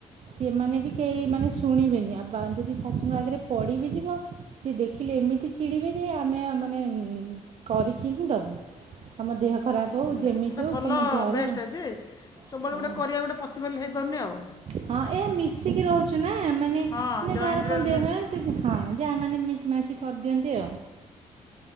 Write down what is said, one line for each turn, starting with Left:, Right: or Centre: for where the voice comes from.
Right: ସେମାନେ ବି କେହି ମାନେ ଶୁଣିବେନି, ଆ ଯଦି ଶାଶୁଙ୍କ ଆଗରେ ପଡିି ବି ଯିବ ସେ ଦେଖିଲେ ଏମିତି ଚିଡିବେ ଯେ ଆମେ ମାନେ କରିକି ହିଁ ଦବୁ। ଆମ ଦେହ ଖରାପ
Left: ହଁ
Right: ହେଉ ଯେମିତି
Left: ସେଇଟା
Right: ହେଉ
Left: ଭଲ
Right: ତମେ ଘରେ
Left: ବେଷ୍ଟ ଯେ ସବୁବେଳେ
Right: ହଁ
Left: ଗୋଟେ କରିବା ଗୋଟେ ପସିବଲ୍ ହେଇପାରୁନି ଆଉ।
Right: ହଁ ଏ ମିଶିକି ରହୁଚ୍ ଚୁ ନା ମାନେ
Left: ହଁ
Right: କାହାର
Left: ଜଏଣ୍ଟରେ
Right: କଣ
Left: ରହିଲା
Right: ଦିଅ କହ ସେ ହଁ ଯାଆ ମାନେ ମିଶି ମାସି କରିଦିଅନ୍ତି ଆଉ।